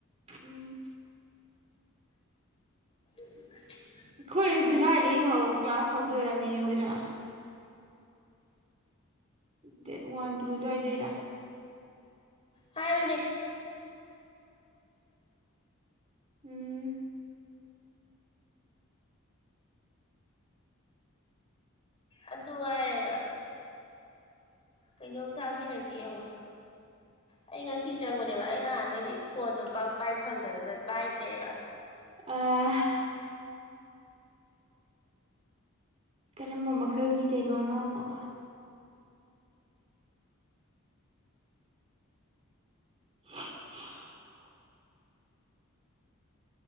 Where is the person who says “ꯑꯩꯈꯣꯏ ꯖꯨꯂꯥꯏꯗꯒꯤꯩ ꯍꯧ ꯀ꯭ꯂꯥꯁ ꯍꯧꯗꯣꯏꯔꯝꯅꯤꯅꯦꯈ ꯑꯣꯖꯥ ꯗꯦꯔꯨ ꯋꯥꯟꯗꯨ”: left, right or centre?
Right